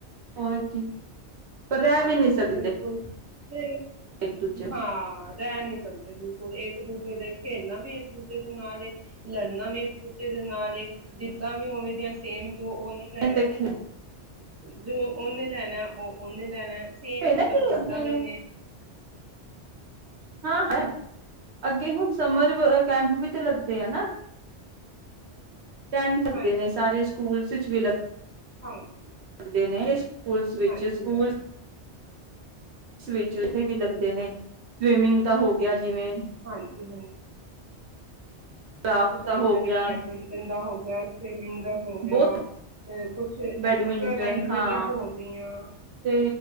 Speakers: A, on the right (about 70°); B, on the right (about 20°).
A: ਹੋਰ ਕੀ ਪਰ ਰਹਿ
B: ਹਾਂ
A: ਵੀ ਨਹੀਂ ਸਕਦੇ।
B: ਬਿਲਕੁਲ <unintelligible>
A: ਇੱਕ ਦੂਜੇ
B: ਹਾਂ, ਰਹਿ ਨਹੀਂ ਸਕਦੇ ਬਿਲਕੁਲ ਇਹ ਇੱਕ ਦੂਜੇ ਦੇ ਖੇਲਣਾ ਵੀ ਇੱਕ ਦੂਜੇ ਦੇ ਨਾਲ ਏ। ਲੜਨਾ ਵੀ ਇੱਕ ਦੂਜੇ ਦੇ ਨਾਲ ਏ, ਜਿੱਦਾਂ ਵੀ ਉਵੇਂ ਦੀਆਂ ਸੇਮ ਸੋ ਉਹਨੂੰ ਹੀ
A: ਹੈ
B: ਲਿਆਨਾ
A: ਤੇ
B: ਏ।
A: ਖੇ
B: ਜੋ ਉਹਨੇ ਲੈਣਾ ਹੈ, ਉਹ ਉਹਨੇ ਲੈਣਾ ਹੈ। ਸੇਮ
A: ਨਾ
B: ਮਤਲਬ
A: ਕਿ
B: ਜਿੱਦਾਂ
A: ਅੱਗੇ
B: ਵੀ ਨੇ। <unintelligible>
A: ਹਾਂ ਹੈ। ਅੱਗੇ ਹੁਣ ਸਮਰ ਵਗੈਰਾ ਕੈਂਪ ਵੀ ਤੇ ਲੱਗਦੇ ਆ ਨਾ। ਕਹਿਨ ਸਕਦੇ
B: ਹਾਂਜੀ
A: ਨੇ ਸਾਰੇ ਸਕੂਲ ਸਿਚ ਵੀ ਲੱ
B: ਹਾਂਜੀ।
A: ਕਰਦੇ ਨੇ ਇਸ ਸਕੂਲਸ ਵਿੱਚ
B: ਹਾਂਜੀ
A: ਸਕੂਲ
B: ਹਾਂਜੀ
A: ਸਵਿਚ ਉੱਥੇ ਵੀ ਲੱਗਦੇ ਨੇ। ਸਵੀਮਿੰਗ ਤਾਂ ਹੋ ਗਿਆ ਜਿਵੇਂ
B: ਹਾਂਜੀ ਹਾਂਜੀ
A: ਕਰਾਫਟ
B: ਬਿਲਕੁਲ ਸਹੀ
A: ਦਾ
B: ਕਹਿ ਰਹੇ
A: ਗਿਆ
B: ਹੋ, ਬੈਡਮਿੰਟਨ ਦਾ ਹੋ ਗਿਆ, ਸਵਿਮਿੰਗ ਦਾ ਹੋ ਗਿਆ
A: ਬਹੁਤ
B: ਤੇ ਕੁਛ ਐਕਸਟਰਾ
A: ਬੈਡਮਿੰਟਨ
B: ਲੈਂਗੁਏਜਿਜ
A: ਹਾਂ
B: ਹੋ ਗਈਆਂ
A: ਤੇ